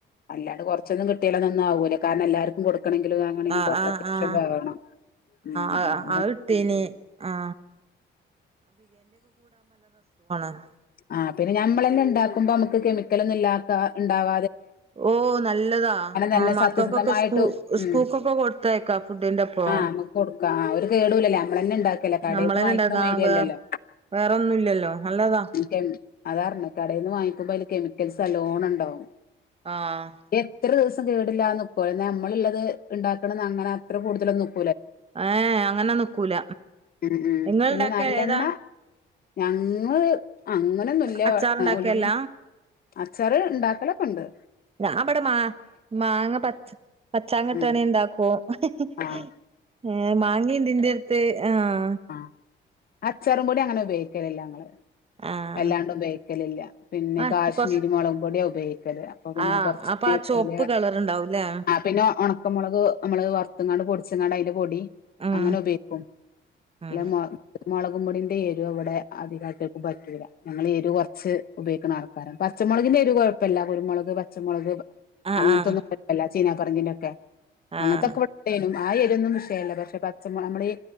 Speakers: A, on the left; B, on the right.
A: അല്ലാണ്ട് കൊറച്ചൊന്നും കിട്ടിയാലൊന്നൊന്നു ആവൂല കാരണം എല്ലാർക്കും കൊട് ക്കണെങ്കിലും
B: ആഹ്
A: <unintelligible> കൊർച്ച്
B: ആഹ്
A: അത്യാവശ്യം
B: ആഹ്
A: വേവണം ഉം
B: ആഹ്
A: അ
B: അത് ഇട്ടീനി ആ <unintelligible>
A: ആ പിന്നെ ഞമ്മളെന്നെണ്ടാക്കുമ്പം മ്മക്ക് കെമിക്കലൊന്നും ഇല്ലാത്ത ഇണ്ടാവ
B: ഓ നല്ലതാ
A: തന്നെ
B: ആ മക്കൊക്കെ
A: സത്യസന്ധമായിട്ട്
B: സ്‌കൂ സ്കൂകൊക്കെ
A: ഉം
B: കൊടുത്ത് അയക്കാ ഫുഡിന്റൊപ്പം
A: ആഹ് നമുക്ക് കൊടുക്കാം ആ ഒരു കേടൂലല്ലേ നമ്മളന്നെ ഉണ്ടാക്കല്ലേ കടേന്ന്
B: നമ്മളെന്നെ
A: വാങ്ങിക്കണ
B: ണ്ടാക്ക
A: മാതിരിയല്ലല്ലോ
B: വേറൊന്നുല്ല ല്ലോ നല്ലതാ
A: കെമി അതാ പറഞ്ഞേ കടേന്ന് വാങ്ങിക്കുമ്പോ അയ്ല് കെമിക്കൽസ് നല്ലോണം ണ്ടാവും
B: ആഹ്
A: എത്ര ദിവസ പ്പൊ കേടില്ലാതെ നിക്കുല്ലോ ന്നാ നമ്മളിള്ളത് ഇണ്ടാക്കണത് അങ്ങന അത്ര കൂടുതലൊന്നും നി
B: ഏ അങ്ങനെ നിക്കൂല
A: ഉം ഉം
B: ഇങ്ങൾണ്ടാക്ക
A: പിന്നെ നല്ലെണ്ണ
B: ഏതാ
A: ഞങ്ങള് അങ്ങനൊന്നുല്ല
B: അച്ചാർ ഉണ്ടാക്കല്ല
A: ഉലുവേം അച്ചാറ് ഇണ്ടാക്കലൊക്കെ ഇണ്ട്
B: ഞാൻ ഇബ്ട മാ മാങ്ങ പച്ച പച്ചാങ്ങ ഇട്ട്
A: ഉം
B: വേണേ ഇണ്ടാക്കും ഹ് ഹ്
A: ആഹ്
B: ഹ് ഹ് മാങ്ങാ ഇണ്ട് ഇന്റട്ത്ത് ആഹ്
A: അ അച്ചാറും പൊടി അങ്ങനെ ഉപയോഗിക്കില്ല ഞങ്ങള്
B: ആഹ്
A: വല്ലാണ്ടു പയോഗി- ക്കലില്ല പിന്നെ
B: ആ
A: കാശ്മീരി
B: കൊറച്ച്
A: മുളകും പൊടിയാ ഉപയോഗിക്കല് അപ്പോ പിന്നെ
B: ആ
A: കുറച്ച്
B: അപ്പൊ ആ ചുവപ്പ്
A: വല്ല്യേ
B: കളർ ഉണ്ടാവൂല്ലേ
A: ആ പിന്നെ ഒണക്ക മുളക് ഞമ്മള് വറത്തും കാണ്ട് പൊടിച്ചുങ്ങാണ്ട് അതിൻ്റെ പൊടീം
B: ആഹ്
A: അങ്ങനെ ഉപയോഗിക്കും
B: ആഹ്
A: ഇല്ല്യ മൊ മുളകുംപൊടീൻ്റെ എരു ഇവിടെ അധികം ആൾക്കാർക്ക് പറ്റൂല ഞങ്ങള് എരു കൊറച്ച് ഉപയോഗിക്കുന്ന ആൾക്കാരാ പച്ചമുളകിൻ്റെ എരു കൊഴപ്പില്ല കുരുമുളക് പച്ചമുളക്
B: ആഹ്
A: അങ്ങൻത്തൊന്നും
B: ആഹ്
A: പറ്റില്ല ചീന പറങ്കിന്റെക്കെ
B: ആഹ്
A: അങ്ങത്തൊക്കെ ഇവിടെ ഇണ്ടേന്നു ആഹ് എരുഒന്നും വിഷയല്ല പച്ചമുളകിൻ്റെ